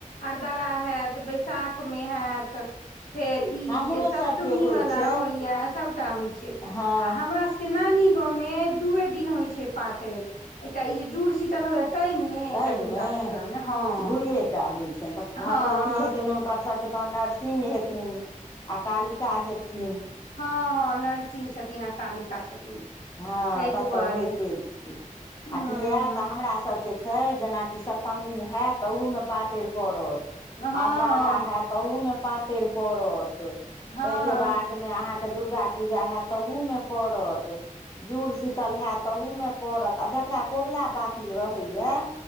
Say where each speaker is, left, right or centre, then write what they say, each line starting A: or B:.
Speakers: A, on the left; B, on the left.
A: अरदरा हाएत बैशाखमे हाएत फेर ई
B: हमरो
A: जे सप्तमी
B: सभके होइ
A: वाला
B: छै
A: होयया सबटा होय छै
B: हँ
A: आ हमरा से ई नानी गांव मे दूए दिन होय छै पातैर, एकटा ई जे जूड़ शीतल होयया तै मे एकटा
B: तै
A: दुर्गा
B: मे
A: पूजा मे हँ
B: दुयेटा होय छैन तऽ
A: हँ
B: भगवती
A: हँ
B: हेतै हुनकर सबके तहन नरसिंह हेथिन आ कालिका हेथिन।
A: हां हां नरसिंह छथिन आ कालिका छथिन।
B: हां
A: ताहि
B: त
A: दुआरे
B: तऽ होएते छी
A: हूँ
B: आ कियाए
A: हूँ
B: तऽ हमरा सबके छै जनाकि सप्तमी हाएत त ओहूमे पातैर पड़त,
A: हँ हँ
B: अरदारा हाएत तहु मे पातैर पड़त तै
A: हँ
B: के बाद मे अहाँके दुर्गा पूजा हाएत तहूमे पड़त। जुड़ शीतल हाएत तहूमे पड़त आ जकरा कोबला पातिल रहैया।